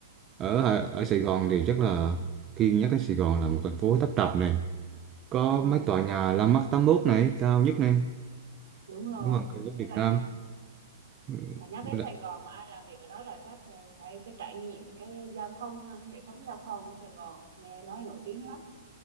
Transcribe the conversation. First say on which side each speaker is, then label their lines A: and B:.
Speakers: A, on the right; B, on the right.
A: ở ở
B: ừ,
A: Sài Gòn thì chắc là khi nhắc đến Sài Gòn là một thành phố tấp nập này có
B: ừ,
A: mấy tòa nhà Landmark tám mốt này cao nhất này
B: đúng rồi.
A: đúng không cao nhất
B: Với
A: Việt
B: lại
A: Nam ừ,
B: mà nhắc
A: với
B: đến
A: lại-
B: Sài Gòn mà ai làm việc ở đó là chắc ờ, phải cái trải nghiệm cái giao thông ha, hệ thống giao thông Sài Gòn nghe nói nổi tiếng lắm.